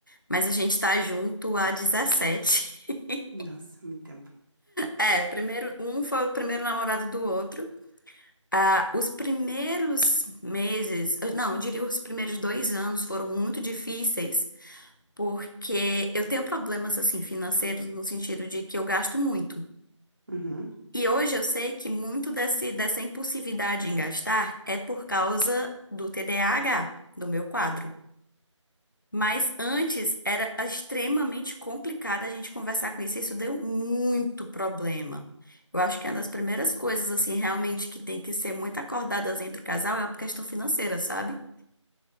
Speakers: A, on the left (about 40°); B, on the right (about 40°).
A: mas a gente tá junto há 17. <laughs>
B: Nossa, muito tempo.
A: É, primeiro, um foi o primeiro namorado do outro. Ah, os primeiros meses, não, eu diria os primeiros dois anos foram muito difíceis porque eu tenho problemas assim financeiros no sentido de que eu gasto muito.
B: Uhum.
A: E hoje eu sei que muito desse, dessa impulsividade em gastar é por causa do TDAH, do meu quadro. Mas antes era extremamente complicado a gente conversar com isso, e isso deu muito problema. Eu acho que é uma das primeiras coisas, assim, realmente que tem que ser muito acordadas entre o casal é a questão financeira, sabe?